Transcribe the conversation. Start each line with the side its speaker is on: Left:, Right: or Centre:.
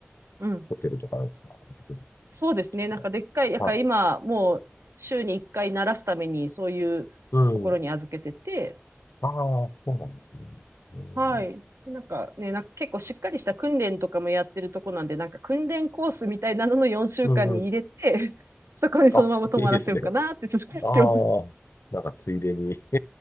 Right: うん。
Left: ホテルとかなんですか預ける
Right: そうですね。
Left: ところ
Right: なんかでっかい、なんか今、
Left: は。はい。
Right: もう週に1回慣らすためにそういうところに預けてて、
Left: うん。ああ、そうなんですね。うん。
Right: はい。なんかね、なんか結構しっかりした訓練とかもやってるとこなんで、なんか訓練コースみたいなのの4週間に入れて、
Left: うんうん。
Right: そこにそのまま泊まらせようかなってちょっと思ってます。
Left: あ、いいですね。ああ、なんかついでに <laughs>